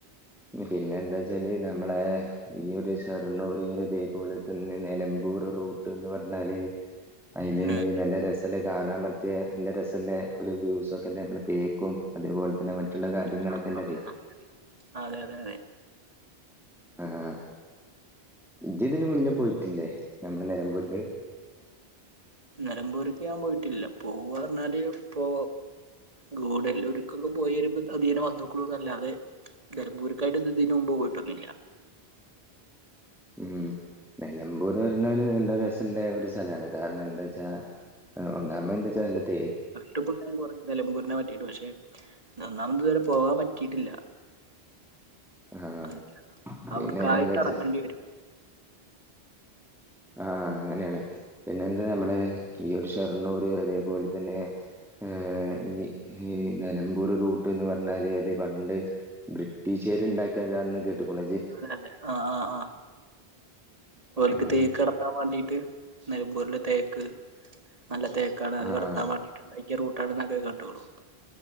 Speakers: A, in the centre; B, on the right.
A: പിന്ന എന്താച്ചാല് നമ്മളെ ഈ ഒരു സർണ്ണൂര് ഇതേപോലെ തന്നെ നിലമ്പൂർ റൂട്ട്ന്ന് പറഞ്ഞാല് അതിന്
B: ഉം
A: നല്ല രസല്ല കാണാൻ പറ്റിയ നല്ല രസല്ല ഒരു വ്യൂസ ഒക്കെല്ലെ നമ്മള തേക്കും അതേപോലെ തന്നെ മറ്റുള്ള കാര്യങ്ങളൊക്കെല്ലതെ
B: ആ ആ അതെ അതെ അതെ
A: ആഹ് ജിതിന്റെ മുന്നേ പോയിട്ടില്ലേ നമ്മള് നിലമ്പൂര്ക്ക്
B: നിലമ്പൂര്ക്ക് ഞാൻ പോയിട്ടില്ല പോവാറഞ്ഞാല് പോ ഗൂഡല്ലൂക്കൊക്കെ പോയി വരുമ്പോ അധീനെ വന്നോക്കളൂ എന്നല്ലാതെ നിലമ്പൂർക്കായിട്ട്ത് തിന് മുമ്പ് പോയിട്ടൊന്നുല്ല
A: ഉം നിലമ്പൂർ പറഞ്ഞല് നല്ല രസള്ള ഒരു സ്ഥലാണ് കാരണെന്താച്ചാ ആഹ് ഒ <unintelligible> ത്തെ
B: ട്ടക്കു <unintelligible> നിലമ്പൂരിനെ പറ്റിയിട്ടു പക്ഷെ ഒന്നാമത് തു പോകാൻ പറ്റിയിട്ടില്ല
A: ആഹ്
B: അല്ല
A: പിന്നെ
B: അവിട്ക്കായിട്ട്
A: എന്താച്ചാ
B: ഇറങ്ങണ്ടി വരും
A: ആഹ് അങ്ങനെയാണ് പിന്നെന്ത നമ്മള് ഈയഒരു ഷെർണ്ണൂര് അതേപോലെ തന്നെ ഏഹ് ഈ ഇ നിലമ്പൂര് റൂട്ട്ന്ന് പറഞ്ഞാല് അത് പണ്ട് ബ്രിട്ടീ ഷാര് ഇണ്ടാക്കിയതാന്ന് കേട്ട്ക്കജ്ജ്
B: തെ അതെ ആഹ് ആഹ് ആഹ് ഓൽക്ക്
A: ഏഹ്
B: തേക്കടത്താൻ വേണ്ടീട്ട് നെലമ്പൂരില് തേക്ക് നല്ല തേക്കാണ് അത്
A: ആഹ്
B: കടത്താൻ വേണ്ടിട്ടുണ്ടായി ഇ റൂട്ടാണന്നൊക്കെ കണ്ടോളു